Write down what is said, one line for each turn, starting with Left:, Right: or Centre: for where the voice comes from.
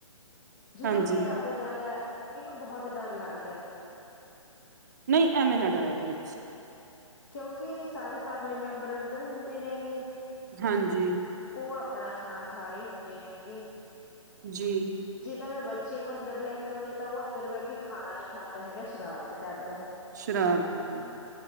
Left: ਜਦੋ
Right: ਹਾਂਜੀ
Left: ਹਨੇਰਾ ਹੋ ਜਾਦਾ ਹੈ। ਮੈਨੂੰ ਬਹੁਤ ਡਰ ਲਗਦਾ ਹੈ।
Right: ਨਹੀ ਐਵੇ ਨਾ ਡਰਿਆ ਕਰੋ ਤੁਸੀ-
Left: ਕਿਉਕਿ ਸਾਰੇ ਫੈਮਿਲੀ ਮੈਬਰ ਅੰਦਰ ਹੁੰਦੇ ਨੇਗੇ-
Right: ਹਾਂਜੀ-
Left: ਉਹ ਆਪਣਾ ਖਾਣਾ ਖਾ ਰਹੇ ਹੁੰਦੇ ਨੇ ਗੇ।
Right: ਜੀ।
Left: ਜੇ ਤਾਂ ਮੈਂ ਬੱਚੇ ਨੂੰ ਅੰਦਰ ਲੈ ਕੇ ਆਉਂਦੀ ਤਾਂ ਉਹ ਅੰਦਰ ਬਹਿ ਕੇ ਖਾਣਾ ਨਹੀ ਖਾਂਦਾ ਹੈਗਾ ਸ਼ਰਾਰਤ ਕਰਦਾ।
Right: ਸ਼ਰਾਰਤ ਕਰਦਾ